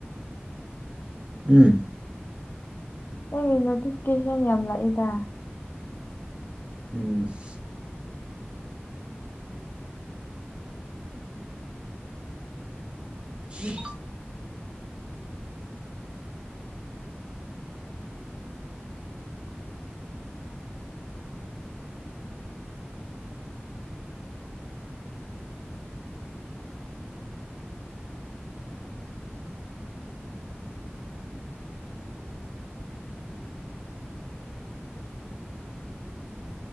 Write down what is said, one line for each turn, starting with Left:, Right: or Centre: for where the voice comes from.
Right: ꯎꯝ
Left: ꯅꯪꯒꯤ ꯅꯣꯇꯤꯐꯤꯀꯦꯁꯟ ꯌꯥꯝ ꯂꯥꯛꯑꯦꯗ
Right: ꯑꯁ <inaudible>